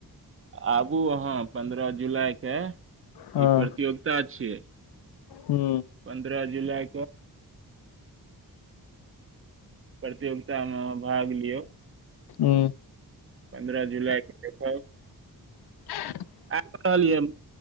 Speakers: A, on the right; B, on the left.
A: आबू अहाँ पन्द्रह जुलाई के
B: हँ
A: ई प्रतियोगिता छियै
B: हूं
A: पन्द्रह जुलाई के प्रतियोगिता मे भाग लियौ
B: हूं
A: अभी पन्द्रह जुलाई के देखव
B: <inaudible>
A: <inaudible>